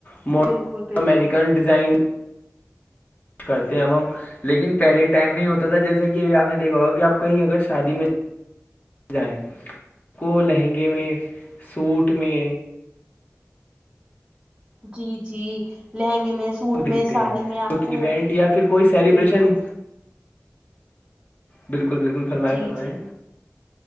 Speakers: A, on the left; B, on the right.
A: ماڈ
B: بالکل بالکل
A: امریکن ڈیزائن کرتے ہیں اب ہم لیکن پہلے ٹائم میں ہی ہوتا تھا جیسے کہب آپ نے دیکھا ہوگا کہ آپ کہیں اگر شادی میں جائیں کو لہنگے میں سوٹ میں
B: جی جی لہنگے میں سوٹ
A: وہ دکھتے
B: میں ساڑی
A: ہیں
B: میں آپ
A: کوئی
B: کو
A: ایونٹ یا پھر کوئی سیلیبریشن
B: بالکل
A: بالکل بالکل فرمائے
B: جی
A: فرمائائے
B: جی